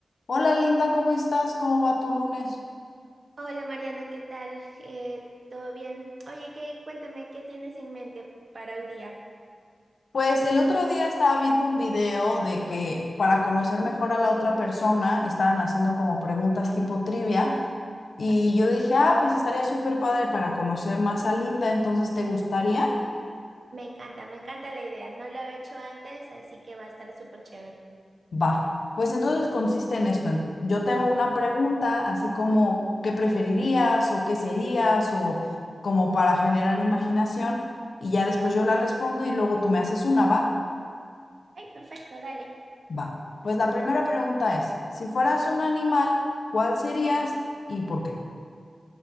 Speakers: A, on the left; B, on the right.
A: Hola Linda, ¿cómo estás? ¿Cómo va tu lunes?
B: Hola Mariana, ¿qué tal? Eh, ¿todo bien? Oye, que cuéntame qué tienes en mente para hoy día.
A: Pues el otro día estaba viendo un video de que para conocer mejor a la otra persona estaban haciendo como preguntas tipo trivia y yo dije, ah, pues estaría súper padre para conocer más a Linda, entonces ¿te gustaría?
B: Me encanta, me encanta la idea. No lo he hecho antes, así que va a estar súper chévere.
A: Va. Pues entonces consiste en esto. ento- Yo te hago una pregunta así como ¿qué preferirías o qué serías o como para generar imaginación y ya después yo la respondo y luego tú me haces una, ¿va?
B: Ok, perfecto, dale.
A: Va. Pues la primera pregunta es, si fueras un animal, ¿cuál serías y por qué?